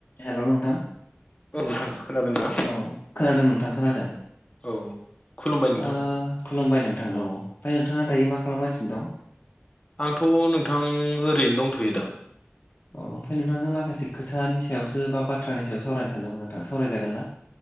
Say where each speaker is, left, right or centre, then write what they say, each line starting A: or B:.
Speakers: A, on the left; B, on the left.
A: हेलौ नोंथां।
B: औ नोंथां खोनादों ना?
A: औ खोनादों नोंथां खोनादों।
B: औ। खुलुमबाय नोंथां
A: ओ खुलुमबाय नोंथां औ ओमफाय नोंथाङा दायो मा खालामगासिनो दं?
B: आंथ' नोंथां ओरैनो दंथ'यो दा।
A: औ ओमफाय नोंथांजों माखासे खोथानि सायावसो बा बाथ्रानि सायाव सावरायनो सानदोंमोन नोंथां सावरायजागोन ना?